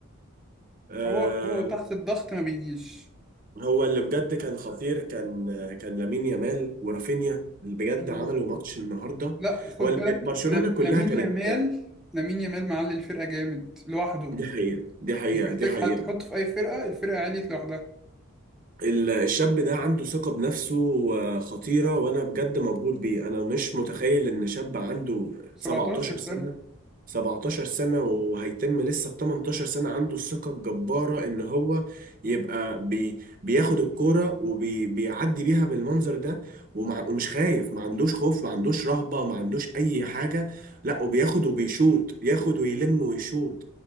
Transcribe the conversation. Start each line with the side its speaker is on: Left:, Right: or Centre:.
Right: آه
Centre: هو هو تحت الضغط ما بيجيش
Right: هو اللي بجد كان خطير كان كان لامين يامال ورافينيا اللي بجد
Centre: مم.
Right: عملوا ماتش النهارده
Centre: لا خد
Right: هو
Centre: بالك
Right: ال- برشلونة
Centre: ل-
Right: كلها
Centre: لامين
Right: كانت
Centre: يامال لامين يامال معلي الفرقه جامد لوحده
Right: دي حقيقة دي حقيقة
Centre: مش محتاج
Right: دي حقيقة
Centre: حد حطه في اي فرقه الفرقه عليت لوحدها
Right: ال- الشاب ده عنده ثقة بنفسه آه، خطيرة وأنا بجد مبهور بيه أنا مش متخيل إن شاب عنده
Centre: 17
Right: 17
Centre: سنه
Right: سنة 17 سنة وهيتم لسه ال 18 سنة عنده الثقة الجبارة إن هو يبقى بي بياخد الكورة وبيعدي بيها بالمنظر ده ومع ومش خايف ما عندوش خوف ما عندوش رهبة ما عندوش أي حاجة لا وبياخد وبيشوط ياخد ويلم ويشوط